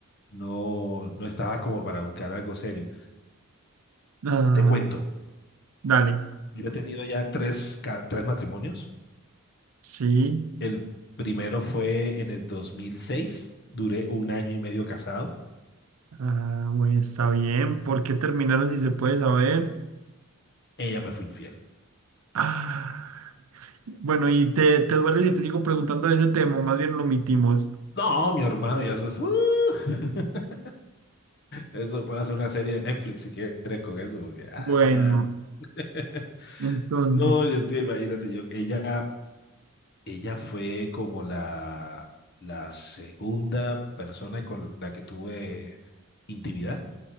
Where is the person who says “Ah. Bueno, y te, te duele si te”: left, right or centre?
Right